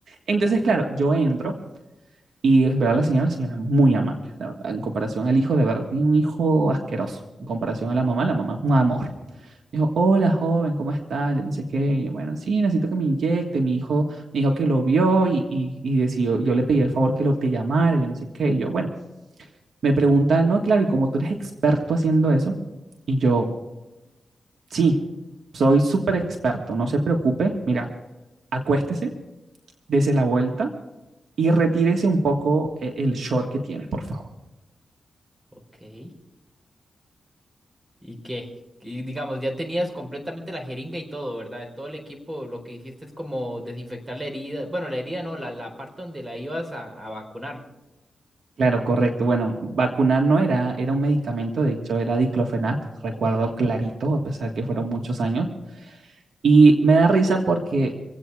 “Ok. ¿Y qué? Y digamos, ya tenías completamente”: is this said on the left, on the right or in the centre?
Right